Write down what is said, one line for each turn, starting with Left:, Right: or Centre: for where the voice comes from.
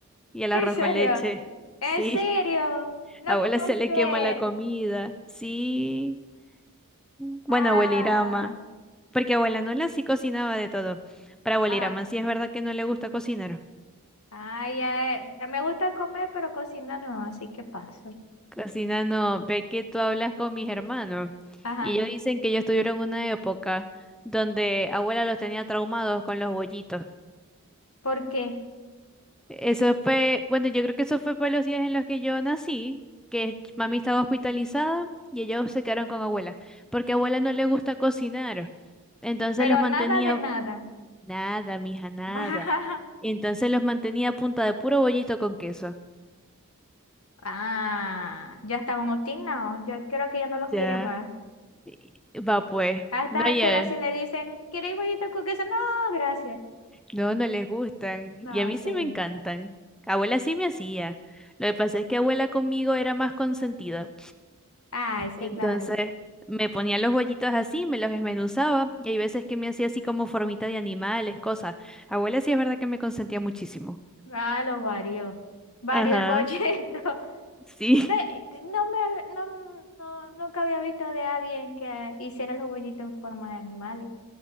Centre: Y el
Left: <laughs>
Centre: arroz
Left: ¿En serio?
Centre: con leche,
Left: ¿En
Centre: sí,
Left: serio?
Centre: <laughs>
Left: No
Centre: abuela
Left: puede
Centre: se le
Left: ser.
Centre: quema la comida, sí. Bueno,
Left: Ah,
Centre: abuelirama. Porque abuela Nola sí cocinaba de todo. Para abuelita
Left: ajá.
Centre: más si es verdad que no le gusta cocinar.
Left: Ah, ya, eh, ya me gusta comer, pero cocinar no, así que paso.
Centre: Cocina no, ve que tú hablas con mis hermanos
Left: Ajá,
Centre: y ellos dicen que ellos tuvieron una época donde abuela los tenía traumados con los bollitos.
Left: ¿por qué?
Centre: Eso fue, bueno, yo creo que eso fue por los días en los que yo nací, que mami estaba hospitalizada y ellos se quedaron con abuela, porque a abuela no le gusta cocinar. Entonces
Left: Pero
Centre: los mantenía
Left: nada de nada.
Centre: nada, mija, nada.
Left: <laughs>
Centre: Entonces los mantenía a punta de puro bollito con queso.
Left: Ah, ya estaban obstinados, yo creo que ya no los quieren
Centre: Ya.
Left: más.
Centre: Y- Va pues.
Left: A estas
Centre: No,
Left: alturas
Centre: ya.
Left: si le dicen, ¿quieres bollito con queso? No, gracias.
Centre: No, no les gustan.
Left: No,
Centre: Y a mí
Left: sí.
Centre: sí me encantan. Abuela sí me hacía. Lo que pasa es que abuela conmigo era más consentida.
Left: Ay, sí,
Centre: Entonces,
Left: claro.
Centre: me ponía los bollitos así, me los desmenuzaba. Y hay veces que me hacía así como formita de animales, cosas. Abuela sí es verdad que me consentía muchísimo.
Left: Ah, lo varió. Varió
Centre: Ajá.
Left: el bollito. <laughs>
Centre: Sí,
Left: Ve, No me, no, no, nunca había visto de alguien que hiciera los bollitos en forma de animales.